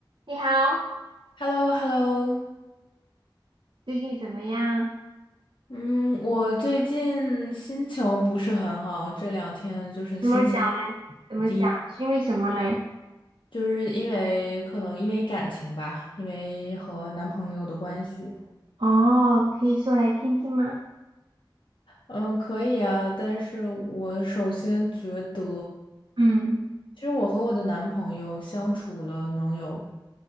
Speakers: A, on the right; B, on the left.
A: 你好，
B: h e l l o h e l l o
A: 最近怎么样？
B: 嗯，我最近心情不是很好，这两天就是心情
A: 怎么讲嘞？怎么讲？
B: 低，
A: 是因为什么嘞？
B: 就是因为可能因为感情吧，因为和男朋友的关系。
A: 哦，可以说来听听吗？
B: 嗯，可以啊，但是我首先觉得，
A: 嗯，
B: 其实我和我的男朋友相处了能有，